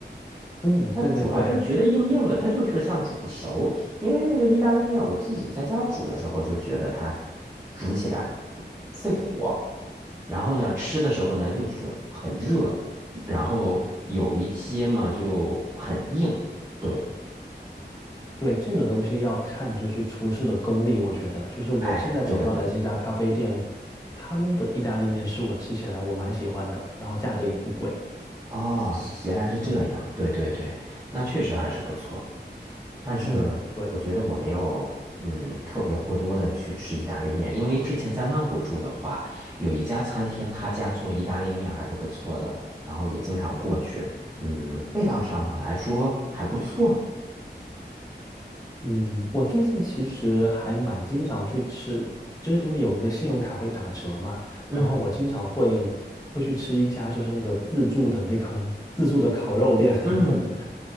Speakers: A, on the left; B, on the right.
A: 嗯，
B: 它主要是觉得硬硬的，
A: 对对对。
B: 它就是像煮不熟。因为那个意大利面，我自己在家煮的时候就觉得它煮起来费火，然后呢，吃的时候呢又挺很热，然后有一些嘛就很硬。对，
A: 对，这个东西要看就是厨师的功力，我觉得就是我现在找到的这家咖啡店，
B: 哎，对的，对的，对的。
A: 他们的意大利面是我吃起来我蛮喜欢的，然后价格也不贵。
B: 哦，原来是这样，对对对，那确实还是不错。但是我觉得我没有嗯特别过多的去吃意大利面，
A: 嗯，对。
B: 因为之前在曼谷住的话，有一家餐厅，他家做意大利面还是不错的，然后也经常过去，嗯，味道上呢来说还不错。
A: 嗯，我最近其实还蛮经常去吃，就是因为有那个信用卡会打折嘛，
B: 嗯
A: 然后我经常会会去吃一家就是那个自助的那个 <laughs> 自助的烤肉店，
B: 嗯
A: <laughs>